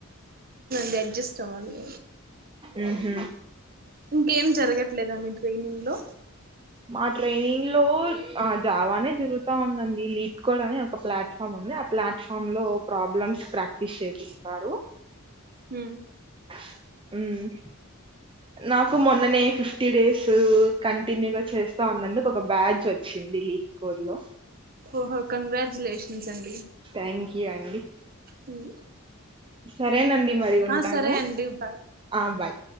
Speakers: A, on the right; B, on the right.
A: దే అడ్జస్ట్ అవ్వాలిగ
B: ఉహ్మ్
A: ఇంకేం జరగట్లేదా మీ ట్రైనింగ్ లో
B: మా ట్రైనింగ్ లో ఆ జావానే జరుగుతా ఉందండి. లీడ్కోడ్ అని ఒక ఫ్లాట్ఫాము ఉందే ఆ ప్లాట్ ఫామ్ లో ప్రాబ్లమ్స్ ప్రాక్టీస్ చేపిస్తారు.
A: హ్మ్
B: మ్మ్ నాకు మొన్ననే ఫిఫ్టీ డేస్ కంటిన్యూగా చేస్తా ఉన్నందుకు ఒక బ్యాజ్ వచ్చిన్ ది లీప్కోడ్ లో
A: ఓహో కంగ్రాచ్యులేషన్స్ అన్
B: థ్యాంక్ యూ అండి
A: అండి
B: సరేనండి మరి ఉంటాను
A: ఆ సరే బాయ్
B: ఆ బాయ్